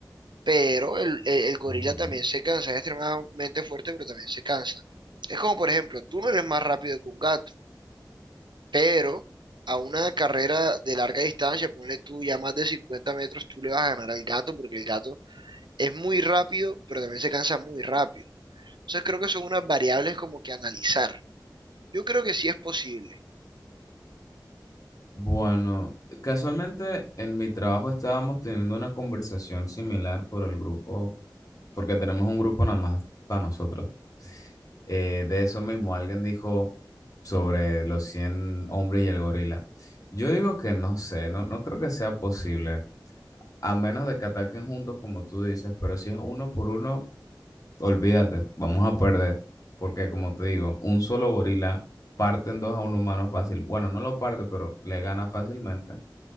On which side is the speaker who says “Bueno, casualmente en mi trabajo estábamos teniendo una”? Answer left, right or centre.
Left